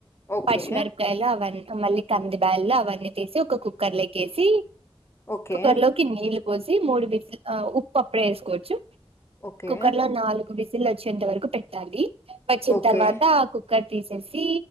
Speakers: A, on the left (about 25°); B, on the right (about 85°).
A: ఓకే.
B: పచ్చిమిరపకాయలు అవన్నీ మళ్ళీ కంది బ్యాళ్లు అవన్నీ తీసి ఒక కుక్కర్లోకి ఎసి
A: ఓకే.
B: కుక్కర్లోకి నీళ్ళు పోసి మూడు విజ్ ఆ ఉప్పు అప్పుడే ఏసుకోవచ్చు
A: ఓకే.
B: కుక్కర్లో నాలుగు విజ్జిలు వచ్చేంత వరకు పెట్టాలి వచ్చిన
A: ఓకే.
B: తర్వాత కుక్కర్ తీసేసి